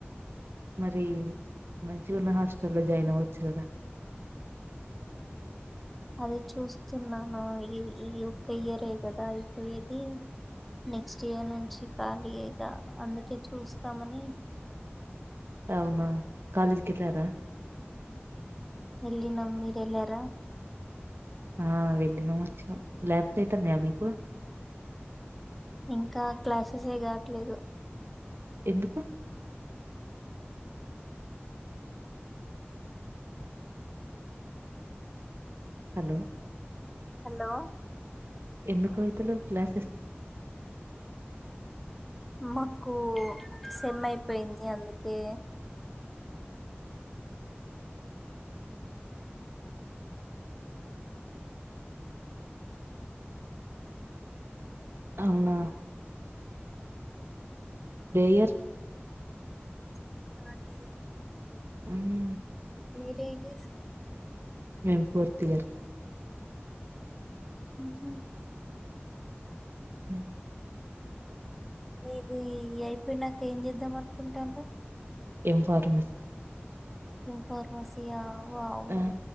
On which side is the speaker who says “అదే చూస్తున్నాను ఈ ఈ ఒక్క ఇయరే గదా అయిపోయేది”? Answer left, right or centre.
Centre